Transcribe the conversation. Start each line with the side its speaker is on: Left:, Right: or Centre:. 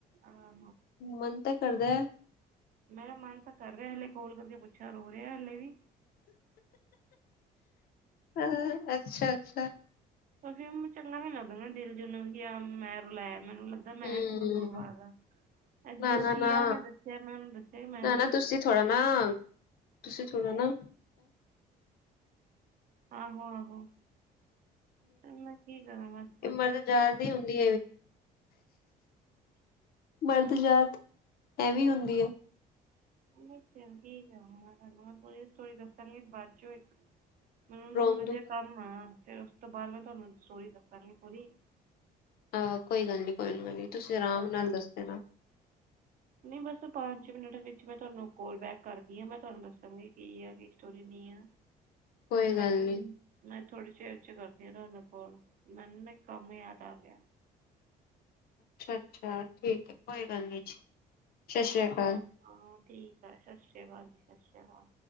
Right: ਹਾਂ
Left: ਮਨ ਤੇ ਕਰਦਾ
Right: ਮੇਰਾ ਮਨ ਤਾਂ ਕਰ ਰਿਹਾ ਹਲੇ ਕਾੱਲ ਕਰਕੇ ਪੁੱਛਾ ਰੋ ਰਿਹਾ ਹਲੇ ਵੀ।
Left: ਹਾ ਹ, ਅੱਛਾ-ਅੱਛਾ।
Right: ਉਹ ਫਿਰ ਚੰਗਾ ਨੀ ਲਗਦਾ ਮੈਂ ਦਿਲ ਜੇ ਵੀ ਆ ਮੈਂ ਰੁਲਾਇਆ ਓਹਨਾ ਨੂੰ।
Left: ਹਮ
Right: ਮੈਂ ਕਸੂਰਵਾਰ ਆ
Left: ਨਾ
Right: ਜੋਸੀ
Left: ਨਾ ਨਾ
Right: ਆ ਉਹਨੇ ਦੱਸਿਆ ਮੈਂ ਉਹਨੂੰ ਦੱਸਿਆ ਮੈਂ
Left: ਨਾ
Right: ਨੀ
Left: ਨਾ ਤੁਸੀਂ ਥੋੜਾ ਨਾ ਤੁਸੀਂ ਥੋੜਾ ਨਾ
Right: ਅ ਆਹੋ-ਆਹੋ। ਮੈਂ ਕੀ ਕਰਾਂ ਬਸ?
Left: ਮਰਦ ਜਾਤ ਦੀ ਹੁੰਦੀ ਮਰਦ ਜਾਤ ਇਹ ਵੀ ਹੁੰਦੀ ਹੈ।
Right: ਹ <unintelligible> ਚੱਲ ਕੀ ਕਰਾ ਮੈ ਪੂਰੀ ਸਟੋਰੀ ਦੱਸਾਂਗੀ ਬਾਅਦ ਚੋਂ ਇੱਕ ਮੈਨੁ ਨਾ
Left: ਰੋਂਦੂ
Right: ਥੋੜਾ ਜਿਹਾ ਕੰਮ ਆ ਫੇਰ ਉਸ ਤੋਂ ਬਾਅਦ ਮੈਂ ਤੁਹਾਨੂੰ ਸਟੋਰੀ ਦੱਸਾਂਗੀ ਪੂਰੀ।
Left: ਆਹੋ ਕੋਈ ਗੱਲ ਨਹੀਂ-ਕੋਈ ਗੱਲ ਨਹੀਂ, ਤੁਸੀਂ ਆਰਾਮ ਨਾਲ ਦੱਸ ਦੇਨਾ।
Right: ਨਹੀਂ ਬਸ ਪੰਜ ਮਿੰਟ ਵਿੱਚ ਮੈਂ ਤੁਹਾਨੂੰ ਕਾੱਲ ਬੈਕ ਕਰਦੀ ਹਾਂ ਮੈਂ ਤੁਹਾਨੂੰ ਦੱਸਾਂਗੀ ਕੀ ਆ ਕੀ ਸਟੋਰੀ ਨਹੀਂ ਆ।
Left: ਕੋਈ
Right: ਬਾਕੀ
Left: ਗੱਲ ਨੀ
Right: ਮੈਂ ਥੋੜੇ ਚਿਰ ਚ ਕਰਦੀ ਹਾ ਤੁਹਾਨੋ ਕੋਲ ਮੈਨੂੰ ਨਾ ਇਕ ਕੰਮ ਯਾਦ ਆ ਗਿਆ
Left: ਅੱਛਾ ਅੱਛਾ ਠੀਕ ਹੈ ਕੋਈ ਗੱਲ ਨੀ ਜੀ ਸਤਿ ਸ੍ਰੀ ਅਕਾਲ
Right: ਹਾਂ ਹਾਂ ਠੀਕ ਆ ਸਤਿ ਸ਼੍ਰੀ ਅਕਾਲ ਜੀ ਸਤਿ ਸ਼੍ਰੀ ਅਕਾਲ